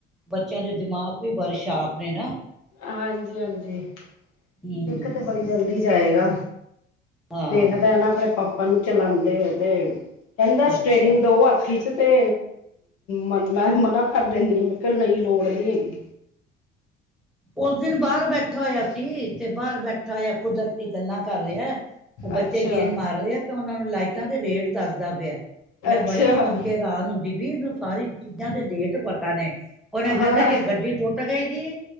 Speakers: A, in the centre; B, on the left.
A: ਬੱਚਿਆਂ ਦੇ ਦਿਮਾਗ ਵੀ ਬਰੇ ਸ਼ਾਪ ਨੇ ਨਾ।
B: ਹਾਂਜੀ-ਹਾਂਜੀ,
A: ਹਮ
B: ਸਿੱਖ ਤੇ ਬੜੀ ਜਲਦੀ ਜਾਏਗਾ।
A: ਹਾਂ
B: ਦੇਖਦਾ ਐ ਨਾ ਅਪਣੇ ਪਾਪਾ ਨੂੰ ਚਲਾਂਦੇ ਤੇ, ਕੈਂਦਾ
A: ਅੱਛਾ
B: ਸਟੇਰਿੰਗ ਦੋ ਹੱਥ ਚ ਤੇ, ਮਨ ਮੈਂ ਮਨਾ ਕਰ ਦੇਨੀ ਆ ਮੈਂ ਕੇਂਆ ਨੀ ਲੋੜ ਨੀ ਹੈਗੀ।
A: ਓਸ ਦਿਨ ਬਾਰ ਬੈਠਾ ਹੋਯਾ ਸੀ ਤੇ ਬਾਰ ਬੈਠਾ ਹੋਯਾ ਕੁਦਰਤੀ ਗੱਲਾਂ ਕਰ ਰੈਆ। ਓ ਬੱਚੇ
B: ਅੱਛਾ
A: ਗੇਂਦ ਮਾਰ ਰਹੇ ਆ ਤੇ ਓਨਾਂ ਨੂੰ ਲਾਈਟਾਂ ਦੇ ਰੇਟ ਦੱਸਦਾ ਪਿਆ। ਮੈਂ
B: ਅੱਛਾ
A: ਬੜੀ ਸੁਣ
B: ਹਾਂ
A: ਕੇ ਹੈਰਾਨ ਹੁੰਦੀ ਪੀ ਇਨੂੰ ਸਾਰੀ ਚੀਜ਼ਾਂ ਦੇ ਰੇਟ ਪਤਾ ਨੇ। ਓਨਾਂ ਕਰਨਾ
B: ਹਾਂ
A: ਕੀ ਏ ਜੇ ਗੱਡੀ ਟੁੱਟ ਗਏ ਗੀ,